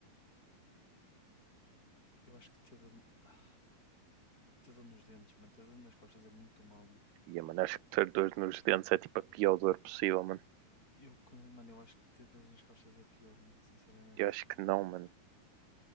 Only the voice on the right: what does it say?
Ia, mano, acho que ter dor nos dentes é tipo a pior dor possível, mano.
Eu acho que não, mano.